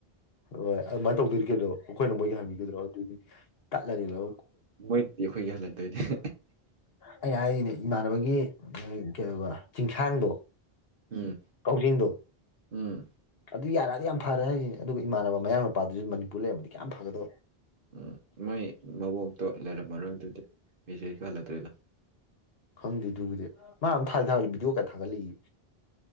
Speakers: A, on the left; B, on the right.
A: ꯍꯣꯏ ꯑꯗꯨꯃꯥꯏꯅ ꯇꯧꯗꯣꯏꯔꯤ ꯀꯩꯅꯣ ꯑꯩꯈꯣꯏꯅ ꯃꯣꯏꯒꯤ ꯍꯥꯏꯪꯕꯤꯒꯗ꯭ꯔꯣ ꯑꯗꯨꯗꯤ ꯇꯠꯂꯅꯤꯅ
B: ꯃꯣꯏꯗꯤ ꯑꯩꯈꯣꯏꯒꯤ ꯍꯜꯂꯟꯗꯣꯏꯅꯦ
A: ꯑꯩ ꯍꯥꯏꯔꯤꯅꯦ ꯏꯃꯥꯟꯅꯕꯒꯤ ꯀꯩꯅꯧꯕ ꯆꯤꯡꯁꯥꯡꯗꯣ
B: ꯎꯝ
A: ꯀꯧꯔꯤꯤꯡꯗ
B: ꯎꯝ
A: ꯑꯗꯨ ꯌꯥꯔꯛꯑꯗꯤ ꯌꯥꯝ ꯐꯔꯦ ꯍꯥꯏꯒꯅꯤ ꯑꯗꯨꯒ ꯏꯃꯥꯟꯅꯕ ꯃꯌꯥꯡ ꯅꯨꯄꯥꯗꯨꯁꯨ ꯃꯅꯤꯄꯨꯔ ꯂꯩꯔꯝꯕꯗꯤ ꯀꯌꯥꯝ ꯌꯥꯝ ꯐꯒꯗꯣ
B: ꯎꯝ ꯃꯣꯏ ꯃꯕꯣꯛꯇꯣ ꯂꯩꯔꯝꯃꯔꯣꯏ ꯑꯗꯨꯗꯤ ꯃꯤꯁꯦ ꯍꯜꯂꯗꯣꯏꯗꯣ
A: ꯈꯪꯗꯦ ꯑꯗꯨꯕꯨꯗꯤ ꯃꯥ ꯑꯃ ꯊꯥꯗꯤ ꯊꯥꯒꯠꯂꯤ ꯚꯤꯗꯤꯑꯣ ꯀꯌꯥ ꯊꯥꯒꯠꯂꯛꯏ